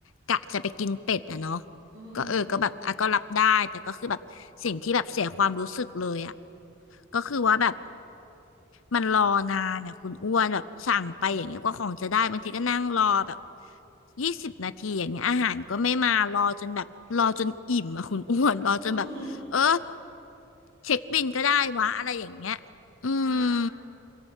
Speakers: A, on the left (about 85°); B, on the right (about 80°).
A: กะจะไปกินเป็ดอะเนาะ
B: อืมอื
A: ก็เออก็แบบอ่ะก็รับได้แต่ก็คือแบบสิ่งที่แบบเสียความรู้สึกเลยอะก็คือว่าแบบ มันรอนานอ่ะคุณอ้วนแบบสั่งไปอย่างเงี้ยกว่าของจะได้บางทีก็นั่งรอแบบยี่สิบนาทีอย่างเงี้ยอาหารก็ไม่มารอจนแบบรอจนอิ่มอ่ะคุณอ้วนรอจนแบบเออ
B: ม <laughs>
A: เช็คบิลก็ได้วะอะไรอย่างเงี้ยอืม
B: อ่า